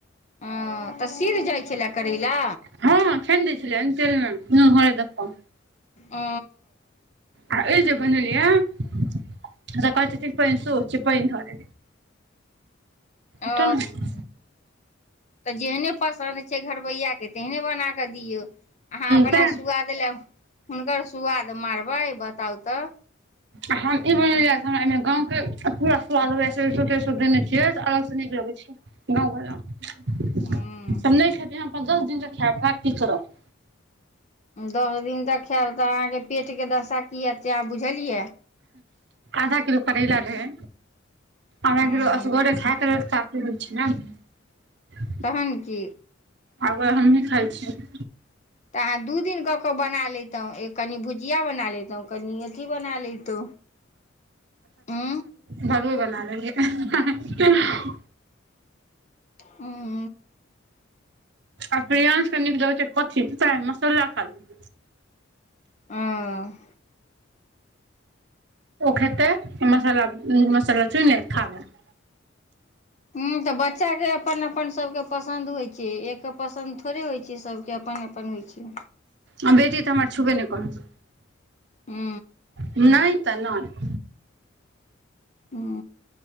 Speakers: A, on the left; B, on the right.
A: हँ तऽ सिझ जाइ छलए करैला?
B: हँ छैन दैे छलिऐन <unintelligible>
A: ओ
B: आ एहि जे बनलिया जे कहे छथिन पंसोह छै पैयन धर
A: ओ
B: हँ
A: तऽ जेहने पसन्द छै घरबैय कऽ तेहने बना कऽ दियौ। अहाँ अपना
B: तैं
A: सुआद हुनकर सुआद मारबै बताउ तऽ?
B: हम ई बनेलिय से हमरा एहिमे गाँंम के पूरा स्वाद हो देने छियै अलग से नीक लगे छैये गाँव वला
A: हूँ
B: नहि खेते यह प दस दिन के खाय क करोो <unintelligible>
A: दस दिन तक खायब तऽ अहाँके पेटके दशा की हतै आब बुझलियै।
B: आधा किलो करैला रहै। आधा
A: हूँ
B: किलो असगोरे खायके रह होय छै नऽ <unintelligible>
A: तहन कि
B: अगबे हमही खाइ छियै।
A: तऽ अहाँ दू दिन कऽ के बना लेैतो। एक कनी भुजिया बना लेैतहु। तब कनिया अथि बनाल्हि तू? ह
B: भसऐ बना लेलये <unintelligible>
A: हू
B: आ प्रियांश कऽ निक लगे छै कथी मसाला खाली
A: आ
B: ओ खेतै मसाला - मसाला चुइने कऽ खा लैत।
A: हऽ तऽ बच्चाके अपन अपन सभके पसन्द होइत छै। एक के पसन्द थोड़े होइत छै। सभके अपन अपन होइ छै।
B: आ बेटी तऽ हमर छुबे नहि करत
A: हू
B: नहि तऽ नहि।
A: हू